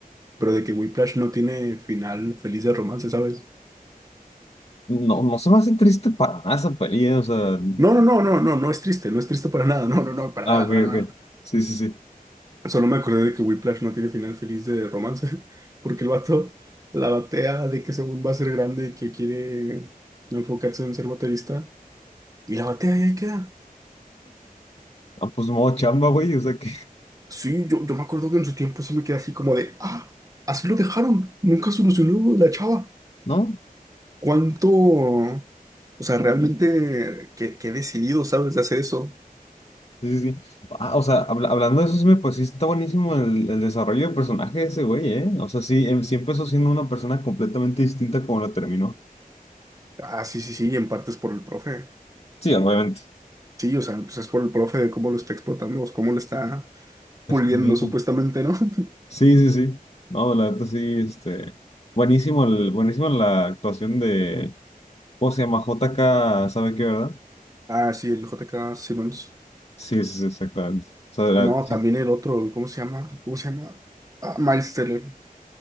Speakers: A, on the right (about 20°); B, on the left (about 40°).
A: pero de que Whiplash no tiene final feliz de romance, ¿sabes?
B: No, no se me hace triste para nada esa peli, eh, o sea.
A: No, no, no, no, no, no es triste, no es triste para nada, no, no, no, para
B: Ah,
A: nada,
B: ok,
A: para nada.
B: ok. Sí, sí, sí.
A: Solo me acordé de que Whiplash no tiene final feliz de romance, <laughs> porque el vato la batea de que según va a ser grande y que quiere enfocarse en ser baterista, y la batea y ahí queda.
B: Ah, pues modo chamba, güey, o sea que, <laughs>
A: Sí, yo, yo me acuerdo que en su tiempo sí me quedé así como de, ah, así lo dejaron, nunca solucionó la chava.
B: ¿no?
A: ¿Cuánto? O sea, realmente, qué, qué decidido, ¿sabes? De hacer eso.
B: Sí, sí, sí. Ah, o sea, habla- hablando de eso, sí me- pues sí está buenísimo el, el desarrollo de personaje de ese güey, ¿eh? O sea, sí, em- sí empezó siendo una persona completamente distinta como la terminó.
A: Ah, sí, sí, sí, en parte es por el profe.
B: Sí, obviamente. <laughs>
A: Sí, o sea, pues es por el profe de cómo lo está explotando, o cómo lo está
B: Escribiendo.
A: puliendo supuestamente, ¿no? <laughs>
B: Sí, sí, sí. No, la neta sí, este. Buenísimo, el, buenísimo la actuación de. ¿Cómo se llama? JK, ¿sabe qué, verdad?
A: Ah, sí, el J. K. Simmons.
B: Sí, sí, sí, exactamente. O sea, la-
A: No,
B: sí,
A: también el otro, ¿cómo se llama? ¿Cómo se llama? Ah, Miles Teller.